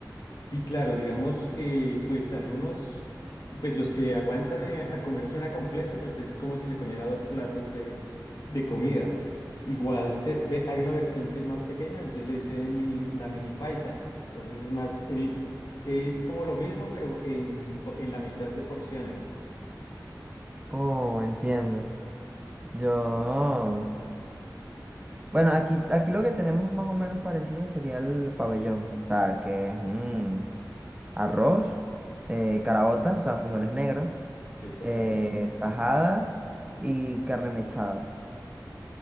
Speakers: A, on the left (about 65°); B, on the right (about 15°).
A: Sí, claro, digamos, eh, pues algunos, pues los que aguantan eh, a comerse una completa, pues es como si se comiera dos platos de, de comida. Igual se, ve- hay una versión que es más pequeña, entonces le dicen mini, la mini paisa. Entonces es más, el, es como lo mismo, pero en, po- en la mitad de porciones.
B: Oh, entiendo. Yo... Bueno, aquí, aquí lo que tenemos más o menos parecido sería el pabellón, o sea, que es mm, arroz, eh, caraota, o sea, frijoles negros,
A: Sí, correcto.
B: eh, tajada y carne mechada.